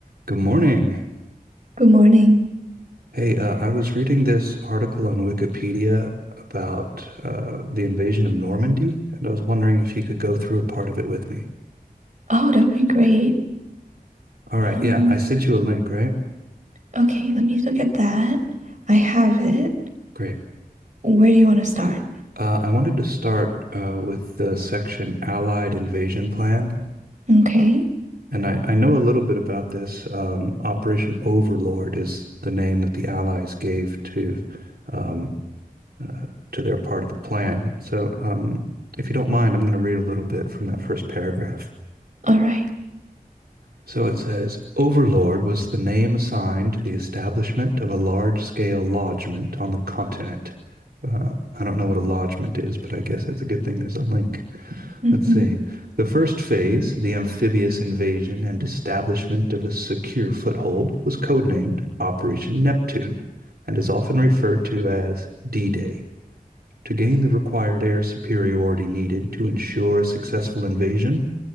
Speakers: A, on the right; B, on the right.
A: Good morning.
B: Good morning.
A: Hey, uh, I was reading this article on Wikipedia about uh, the invasion of Normandy, and I was wondering if you could go through a part of it with me.
B: Oh, that'd be great.
A: All right,
B: Um,
A: yeah, I sent you a link, right?
B: okay, let me look at that. I have it.
A: Great.
B: Where do you want to start?
A: Uh, I wanted to start uh, with the section Allied Invasion Plan,
B: Okay.
A: and I, I know a little bit about this. Um, Operation Overlord is the name that the Allies gave to um, uh, to their part of the plan. So, um, if you don't mind, I'm going to read a little bit from that first paragraph.
B: All right.
A: So it says Overlord was the name assigned to the establishment of a large scale lodgment on the continent. Uh, I don't know what a lodgment is, but I guess that's a good thing there's a link.
B: Mm-hmm.
A: Let's see. The first phase, the amphibious invasion and establishment of a secure foothold, was codenamed Operation Neptune and is often referred to as D Day. To gain the required air superiority needed to ensure a successful invasion,